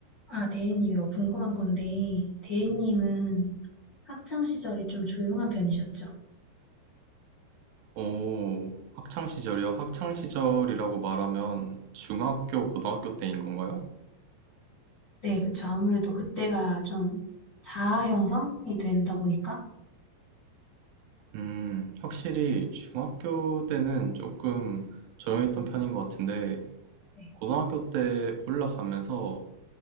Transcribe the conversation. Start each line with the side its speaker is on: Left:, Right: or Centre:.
Left: 아, 대리님, 이거 궁금한 건데, 대리님은 학창 시절에 좀 조용한 편이셨죠?
Right: 오, 학창 시절이요? 학창 시절이라고 말하면 중학교, 고등학교 때인 건가요?
Left: 네, 그쵸. 아무래도 그때가 좀 자아 형성이 된다 보니까.
Right: 음, 확실히 중학교 때는 조금 조용했던 편인 것 같은데,
Left: 네,
Right: 고등학교 때 올라가면서